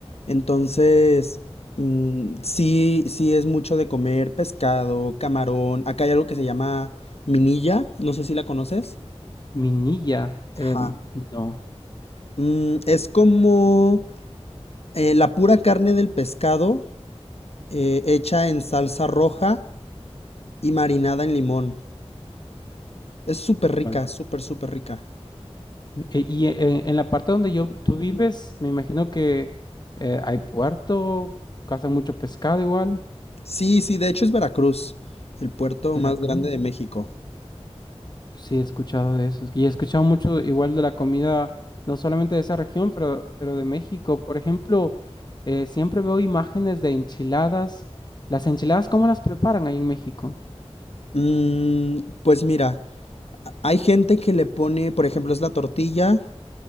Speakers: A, on the left; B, on the left.
A: entonces mm, sí, sí es mucho de comer pescado, camarón. Acá hay algo que se llama minilla, no sé si la conoces.
B: Minilla, em,
A: Ajá.
B: no.
A: Mm, es como eh, la pura carne del pescado eh, hecha en salsa roja y marinada en limón. Es súper rica,
B: Bueno,
A: súper, súper rica.
B: e- Y, e- en la parte donde yo, tú vives, me imagino que eh, hay puerto, caza mucho pescado igual.
A: Sí, sí, de hecho es Veracruz, el puerto
B: Veracruz.
A: más grande de México.
B: Sí, he escuchado de eso. Y he escuchado mucho igual de la comida, no solamente de esa región, pero, pero de México. Por ejemplo, eh, siempre veo imágenes de enchiladas. ¿Las enchiladas cómo las preparan ahí en México?
A: Mm, pues mira, a- hay gente que le pone, por ejemplo, es la tortilla,